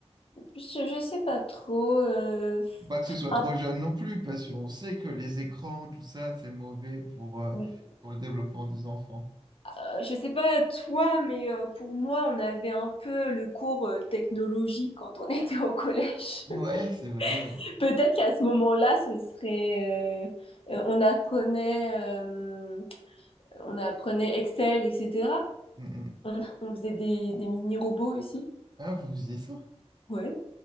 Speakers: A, on the left (about 55°); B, on the right (about 40°).
A: je, je sais pas trop. euh,
B: Faut Pas que ce soit
A: un-
B: trop jeune non plus, parce qu'on sait que les écrans, tout ça, c'est mauvais pour, euh,
A: oui,
B: pour le développement des enfants.
A: Euh, Je sais pas toi, mais euh, pour moi, on avait un peu le cours euh, technologie quand on <laughs> était au collège.
B: Ouais, c'est vrai, ouais.
A: <laughs> Peut-être qu'à ce moment-là, ce serait, euh, euh, on apprenait, euh, on apprenait Excel, etc.
B: Mm, mm.
A: On, on faisait des, des mini-robots aussi.
B: Ah, vous faisiez ça?
A: Ouais.